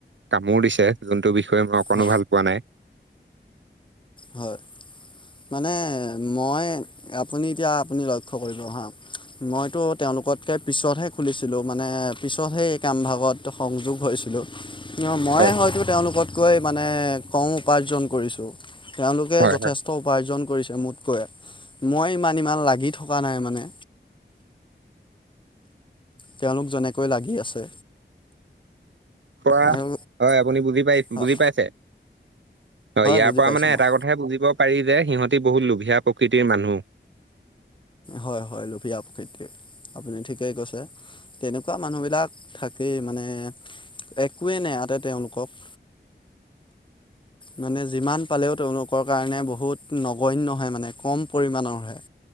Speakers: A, on the right; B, on the left.
A: কামো দিছে, যোনটো বিষয়ে মই অকণো
B: হয়
A: ভাল পোৱা নাই।
B: হয়। মানে মই আপুনি এতিয়া আপুনি লক্ষ্য কৰিলো হা, মইতো তেওঁলোকতকে পিছতহে খুলিছিলোঁ মানে পিছতহে কামভাগত সংযোগ হৈছিলোঁ। অ' মই
A: হয়।
B: হয়তো তেওঁলোকতকৈ মানে কং <unintelligible> উপাৰ্জন কৰিছোঁ ত' তেওঁলোকে
A: হয়
B: যথেষ্ট
A: হয়
B: ত 'উপাৰ্জন কৰিছে মোতকৈয়ে, মই ইমান ইমান লাগি থকা নাই মানে তেওঁলোক যেনেকৈ লাগি আছে।
A: পৰা,
B: আৰু
A: হয় আপুনি বুজি পাই
B: হয়
A: বুজি পাইছে? হয় ইয়াৰ
B: বুজি
A: পৰা
B: পাইছোঁ
A: মানে
B: মই
A: এটা ক হে বুজিব পাৰি যে সিহঁতি বহুত লোভীয়া প্ৰকৃতিৰ মানুহ।
B: হয় হয় লোভীয়া প্ৰকৃতিৰ আপুনি ঠিকেই কৈছে। তেনেকুৱা মানুহবিলাক থাকেই মানে একোৱেই নাই ইয়াতে তেওঁলোকক। মানে যিমান পালেও তেওঁলোকৰ কাৰণে বহুত নগণ্য হয় মানে কম পৰিমাণৰ হয়।